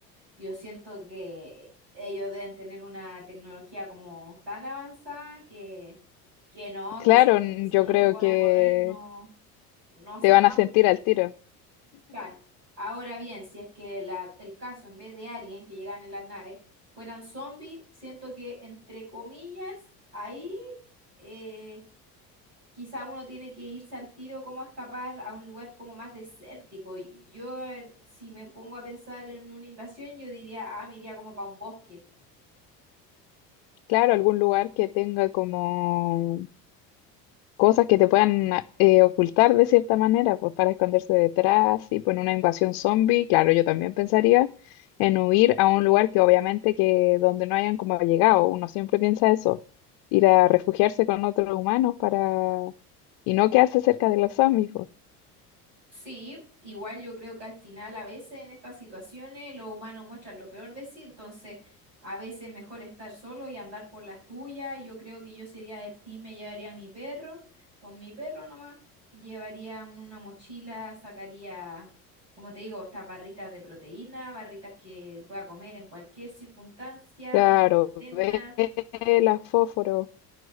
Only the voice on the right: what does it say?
yo siento que ellos deben tener una tecnología como tan avanzada que, que no,
que siento
que si
uno
se pone
a correr no, no saca.
Claro. Ahora bien, si es que la- el caso, en vez de alien que llegan en las naves, fueran zombies, siento que, entre comillas, ahí eh, quizá uno tiene que irse al tiro como a escapar a un lugar como más desértico. Y Yo, eh, si me pongo a pensar en una invasión, yo diría, ah, me iría como para un bosque.
Sí, igual yo creo que al final a veces en estas situaciones los humanos muestran lo peor de sí, entonces a veces mejor estar solo y andar por las tuyas. Yo creo que yo sería del team, me llevaría a mi perro, con mi perro nomás, llevaría un- una mochila, sacaría, como te digo, estas barritas de proteína, barritas que pueda comer en cualquier circunstancia,
una linterna